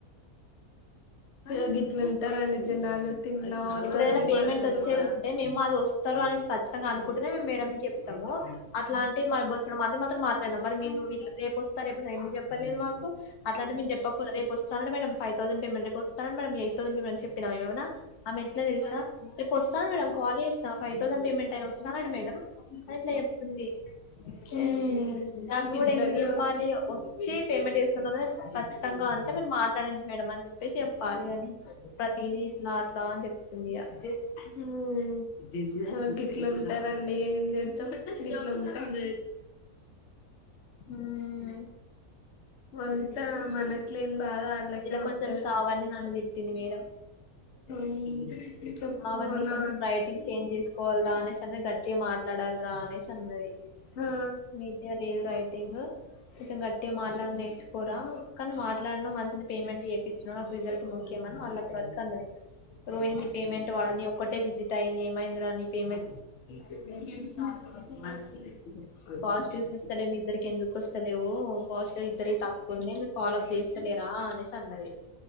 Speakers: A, on the left (about 65°); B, on the left (about 80°).
A: ఇగో గిట్లుంటారండి జనాలు తిన్నా ఓర్వరు
B: ఇప్పుడు ఏదైనా పేమెంట్
A: పండుకున్న
B: వచ్చేది ఉంటే మేము అది వస్తారు అనేసి ఖచ్చితంగా అనుకుంటేనే మేము మేడం కి చెప్తమూ అట్లా అంటే మా బొచ్చెడు మంది మాతోని మాట్లాడినం మరి మేం వీరిల రేపు ఒత్త అని లేపోతె ఎందుకు చెప్పట్లేదు మాకు‌. అట్లా అంటే మేం చెప్పక పోదుమా రేపు వస్తాడంట మేడం ఫైవ్ థౌసండ్ పేమెంట్ రేప్ తానని మేడం ఎయిట్ తౌసండ్ పేమెంట్ చెప్పినవ ఏవన్నా ఆమెట్ల తెల్సా రేపు వస్తాను మేడం కాల్ చేస్తా ఫైవ్ తౌసండ్ పేమెంట్ అయిన వస్తునడంట మేడం అట్ల చెప్తుంది
A: మ్మ్ మ్మ్
B: ఏ నాకు
A: గిట్లనే
B: కూడా ఎందుకు చెప్పాలి, వచ్చి పేమెంట్ చెస్తున్నదని ఖచ్చితంగా అంటే మీరు మాట్లాడండి మేడం అని చెప్పేసి చెప్పాలి అని ప్రతిదీ ఇట్లా అట్లా అని చెప్తుంది ఇగ
A: మ్మ్ గిట్ల ఉంటరం ఏం జేత్తం గిట్ల ఉంటం <inaudible>
B: మ్మ్
A: అంత మన ఇట్లెం బాగా ఆట్లకే
B: ఇలా కొంచెం
A: ఉంటద్
B: శ్రావణి నన్ను తిట్టింది మేడం
A: మ్మ్
B: శ్రావణి
A: అవునా
B: కొంచెం రైటింగ్ చేంజ్ చేసుకోవాలిరా అనేసి అన్నది గట్టిగా మాట్లాడాలిరా అనేసి అన్నది
A: ఆ
B: నీట్గా లేదు రైటింగ్ కొంచెం గట్టిగా మాట్లాడుడు నేర్చుకోరా, కాని మాట్లాడినవ్ మంత్ పేమెంట్ చేపించిన నాకు రిజల్ట్ ముఖ్యమని మళ్ళ కట్టు అన్నది. రోహిణీ పేమెంట్ వాళ్ళని ఒక్కటే విజిట్ అయ్యింది ఏమైందిరా నీ పేమెం
A: హు మ
B: పాజిటివ్స్
A: స
B: వస్తలే మీ ఇద్దరికి ఎందుకు వస్తలేవు పోస్టర్ ఇద్దరికి తక్కువున్నాయి మీరు ఫాలో అప్ చేస్తలేరా అనేసి అన్నది